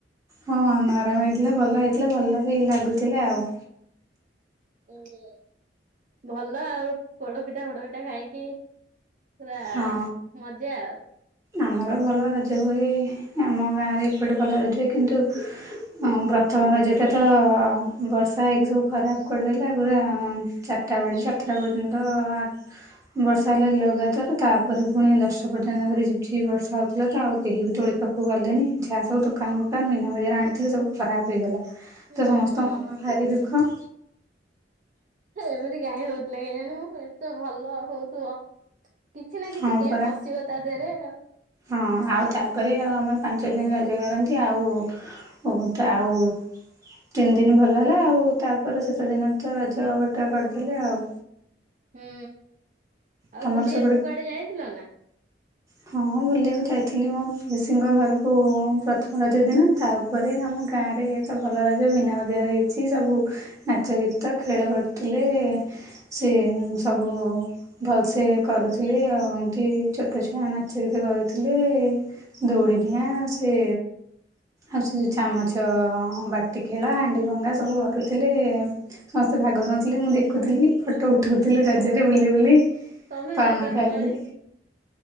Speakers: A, on the right; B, on the right.
A: ହଁ ନରମ ହେଇଥିଲା ଭଲ ହେଇଥିଲା ଭଲ ବି ଲାଗୁଥିଲା ଆଉ।
B: ହୁଁ ଭଲ ଆଉ ପୋଡ ପିଠା ଫୋଡ ପିଠା ଖାଇକି ପୁରା
A: ହଁ
B: ମଜା ଆଉ
A: ଆମର ଭଲ ରଜ ହୁଏ ଆମ ଗାଁରେ ଏପଟେ ଭଲ ରଜ ହୁଏ କିନ୍ତୁ ହଁ ପ୍ରଥମ ରଜଟା ତ ବର୍ଷା ହେଇକି ସବୁ ଖରାପ କରିଦେଲ ପୁରା ଚା ରିଟା ବେଳେ ସାତଟା ପର୍ଯ୍ୟନ୍ତ ଆ ବର୍ଷା ହେଲା ଲଗାତାର ତାପରେ ପୁଣି ଦଶତ ପର୍ଯ୍ୟନ୍ତ ଆହୁରି ଯିବ କିଛି ବର୍ଷା ହେଉଥିଲା ତ ଆଉ କେହି ବି ଦୋଳି ପାଖକୁ ଗଲେନି ଯାହା ସବୁ ଦୋକାନ ଫୋକାନ ମିନା ବଜାର ଆଣିଥିଲେ ସବୁ ଖରାପ ହେଇଗଲା। ତ
B: ହୁଁ
A: ସମସ୍ତଙ୍କ
B: ହୁଁ।
A: ମନ ଭାରି ଦୁଃଖ।
B: ଏମିତି କାହିଁ ହଉଥିଲା କେଜାଣି ମୁ ଏତେ ଭଲ ହଉଥିବ। କିଛି ନା କିଛି
A: ହଁ
B: କେଏ
A: ପରା
B: ପଶିବ ତା ଦେହରେ ଆଉ।
A: ହଁ ଆଉ ତାପରେ ଆଉ ଆମର ପାଞ୍ଚ ଦିନ ରଜ କରନ୍ତି ଆଉ ଓ ତ ଆଉ ତିନି ଦିନ ଭଲ ହେଲା ଆଉ ତାପରେ ଶେଷ ଦିନ ତ ରଜ ବଟା କରିଦେଲେ ଆଉ
B: ହୁଁ ଆଉ
A: ତମର
B: ବୁଲିବାକୁ
A: ସେପଟେ
B: କୁଆଡ଼େ ଯାଇଥିଲ ନା?
A: ହଁ ବୁଲିବାକୁ ଯାଇଥିଲି ମୋ ପିଉସିଙ୍କ ଘରକୁ ପ୍ରଥମ ରଜ ଦିନ ତା ତାପରେ ଆମ ଗାଁରେ ତ ଭଲ ରଜ ମିନା ବଜାର ହେଇଛି ସବୁ ନାଚ ଗୀତ ଖେଳ କରୁଥିଲେ। ସିଏ ସବୁ ଭଲସେ କରୁଥିଲେ ଆଉ ଏମତି ଛୋଟ ଛୋ ନା ନାଚ ଗୀତ କରୁଥିଲେ ଦୌଡ଼ିଡିଆଁ ସେ ଆଉ ସେ ଚାମଚ ବାଟି ଖେଳ ହାଣ୍ଡି ଭଙ୍ଗା ସବୁ କରୁଥିଲେ ସମସ୍ତେ ଭାଗ ନଉଥିଲେ ମୁଁ ଦେଖୁଥିଲି। ଫଟୋ ଉଠଉଥିଲି ରଜରେ ବୁଲି ବୁଲି
B: ତମେ
A: ପାନ
B: ଭାଗ ନେଲଣି
A: ଖାଇଲି।